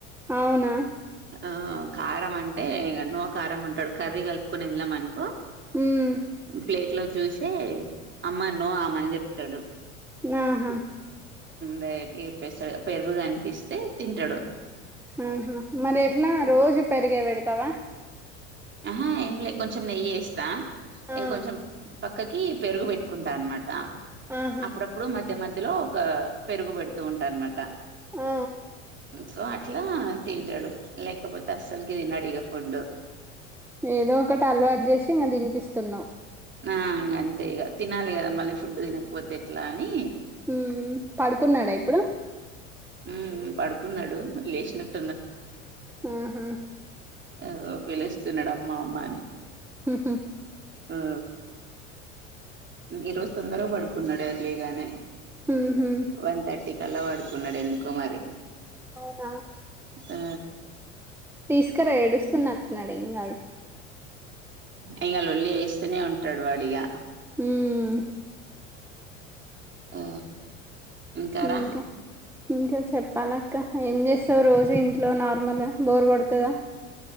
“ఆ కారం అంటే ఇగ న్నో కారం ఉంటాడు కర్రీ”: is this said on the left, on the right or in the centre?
Right